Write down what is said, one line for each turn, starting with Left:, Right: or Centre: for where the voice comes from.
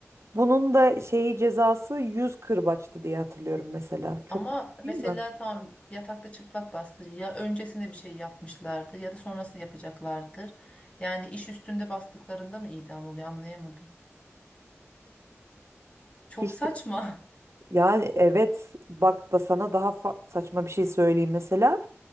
Right: Bunun da şeyi cezası 100 kırbaçtı diye hatırlıyorum mesela. Çok
Left: Ama
Right: değil
Left: mesela
Right: mi?
Left: tam yatakta çıplak bastı. Ya öncesinde bir şey yapmışlardı ya da sonrasını yapacaklardır. Yani iş üstünde bastıklarında mı idam oluyor anlayamadım. Çok
Right: İşte
Left: saçma. <laughs>
Right: ya evet bak da sana daha fa- saçma bir şey söyleyeyim mesela